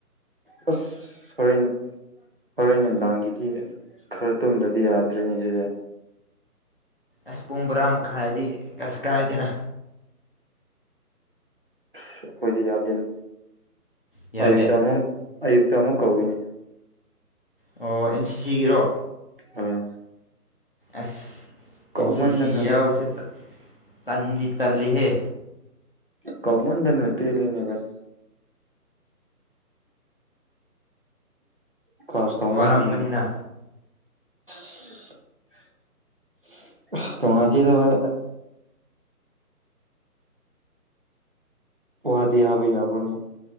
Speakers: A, on the right; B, on the left.
A: ꯑꯁ ꯍꯣꯔꯦꯟ ꯍꯣꯔꯦꯟ ꯑꯦꯟꯕꯥꯡꯒꯤꯗꯤ ꯈꯔ ꯇꯨꯝꯗꯗꯤ ꯌꯥꯗ꯭ꯔꯔꯤꯅꯦ ꯁꯤꯁꯦ
B: ꯑꯁ ꯄꯨꯡ ꯕꯣꯔꯥ ꯃꯈꯥꯏꯗꯤ ꯀꯁ ꯀꯥꯏꯗꯅ
A: ꯑꯁ ꯑꯩꯈꯣꯏꯗꯤ ꯌꯥꯗꯦꯅꯤ
B: ꯌꯥꯗꯦ
A: ꯑꯌꯨꯛꯇ ꯑꯃꯨꯛ ꯑꯌꯨꯛꯇ ꯑꯃꯨꯛ ꯀꯧꯏꯅꯦ
B: ꯑꯣ ꯑꯦꯟ ꯁꯤ ꯁꯤꯒꯤꯔꯣ
A: ꯍꯣꯏ
B: ꯑꯁ
A: ꯀꯧꯃꯟꯗꯅ
B: ꯑꯦꯟ ꯁꯤ ꯁꯤ ꯌꯥꯎꯕꯁꯦ ꯇꯟꯗꯤ ꯇꯜꯂꯤꯍꯦ
A: ꯀꯧꯃꯟꯗꯅꯦ ꯄꯤꯂꯤꯅꯦꯚꯥꯏ ꯀ꯭ꯂꯥꯁ ꯇꯧꯃꯜꯗꯅꯣ
B: ꯋꯥꯔꯝꯒꯅꯤꯅ
A: <inaudible> ꯑ ꯇꯃꯇꯤꯗꯕ ꯋꯥꯗꯤ ꯌꯥꯕꯣꯏ ꯌꯥꯕꯣꯏꯅꯤ